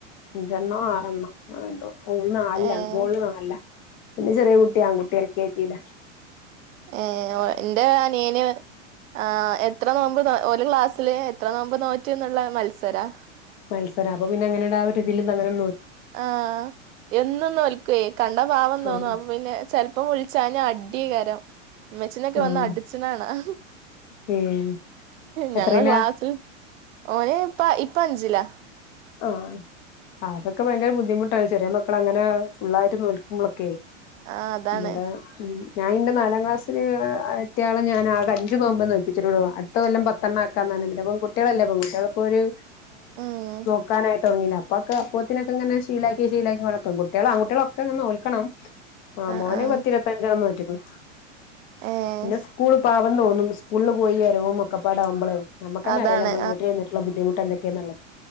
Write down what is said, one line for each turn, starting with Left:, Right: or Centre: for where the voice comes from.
Left: അഞ്ചെണ്ണോ ആറെണ്ണവോ? ഓള് നാലിലാ
Right: ഏഹ്
Left: മോള് നാലിലാ. പിന്നെ ചെറിയ കുട്ടിയ ആൺകുട്ടി എൽ. കെ. ജി ഇല്ല
Right: ഏ ഒ എന്റെ അനിയന് ആ എത്ര നോമ്പ് ഒരു ക്ലാസ്സില് എത്ര നോമ്പ് നോറ്റ് എന്നുള്ള മത്സരാ.
Left: മത്സരം അപ്പൊ പിന്നെ അങ്ങനെ ഒരു വില്ലുന്നങ്ങനെ
Right: ആ എന്നും നോൽക്കുവേ. കണ്ടാ പാവം തോന്നു.
Left: ഉം
Right: അപ്പ പിന്നെ ചെലപ്പം വിളിച്ചാഞ്ഞ് അടികരം. മച്ചാനൊക്കെ
Left: ആഹ്
Right: വന്ന് അടിച്ചനെകാണാം.
Left: ഉം
Right: ഞങ്ങ
Left: എത്രയിലാ
Right: ക്ലാസ്സിൽ ഓന് ഇപ്പ ഇപ്പ അഞ്ചിലാ.
Left: ആ അതൊക്കെ ഭയങ്കര ബുദ്ധിമുട്ടാണ് ചെറിയ മക്കൾ അങ്ങനെ ഫുുള്ളായിട്ട് നോൽക്കുമ്പോളൊക്കെ?
Right: ആഹ് അതാണ്
Left: ഇവിടെ ഞാനിന്റെ നാലാം ക്ലാസ്സില് ആ ഇവിടുത്തെ ആളെഞാൻ ആ അഞ്ചു നോമ്പേ നോൽപ്പിച്ചിട്ടുള്ളു. അടുത്ത കൊല്ലം പത്തെണ്ണം ആക്കാനാണ്. പിന്നെ പെൺ കുട്ടികളല്ലേ? പെൺ കുട്ടികളിപ്പൊരു
Right: ഉം
Left: നോക്കാനായിട്ട്തുടങ്ങയില്ലെ അപ്പൊക്കെ അപ്പനക്കെങ്ങനെ ശീലാക്കി ശീലാക്കി കുഴപ്പം പെൺകുട്ടികളുംആൺ കുട്ടികളൊക്കെങ്ങനെ നോൽക്കണം. ആ
Right: ആഹ്
Left: മോനെ
Right: ആഹ്
Left: പത്തിരുപത്തിയഞ്ച് നോറ്റിയിരിക്കണു.
Right: ഏഹ്
Left: പിന്നെ സ്കൂളില് പാവെന്ന് തോന്നുന്നു. സ്കൂളില് പോയി അരവും ഒക്കപ്പാടവുമ്പളേ? നമ്മുക്ക് തന്നെ
Right: അതാണ്
Left: അറിയില്ല നമ്മ വീട്ടിൽ നിന്നിട്ടുള്ള ബുദ്ധിമൂട്ടുകളൊക്കെ. ക്കെന്നുള്ളത്.